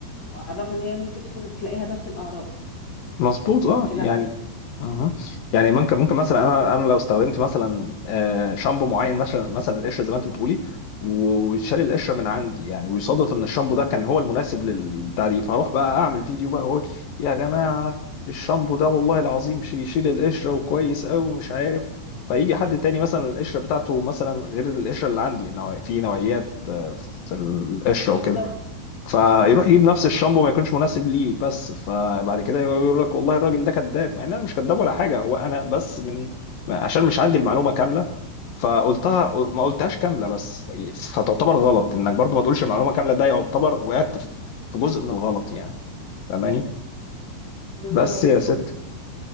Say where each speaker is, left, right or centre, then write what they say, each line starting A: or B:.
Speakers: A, on the left; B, on the left.
A: على الرغم ان هي ممكن تكون تلاقيها نفس الاعراض
B: مظبوط اه
A: بس
B: يعني
A: لا
B: اها يعني ممكن ممكن مثلا انا انا لو استخدمت مثلا آه، شامبو معين مثلا مثلا القشره زي ما انت بتقولي وشال القشره من عندي يعني ويصادف ان الشامبو ده كان هو المناسب للبتاع دي فاروح بقى اعمل فيديو بقى واقول يا جماعه الشامبو ده والله العظيم شي- يشيل القشره وكويس قوي ومش عارف فيجي حد تاني مثلا القشره بتاعته مثلا غير القشره اللي عندي نوع في نوعيات آه، في القشره
A: بالظبط
B: وكده فيروح يجيب نفس الشامبو ما يكونش مناسب ليه بس فبعد كده يقول لك والله الراجل ده كذاب مع ان انا مش كذاب ولا حاجه هو انا بس من عشان مش عندي المعلومه كامله فقلتها ما قلتهاش كامله بس فتعتبر غلط انك برضو ما تقولش المعلومه كامله ده يعتبر وقعت في جزء من الغلط يعني فاهماني
A: بالظبط
B: بس يا ست
A: بالظبط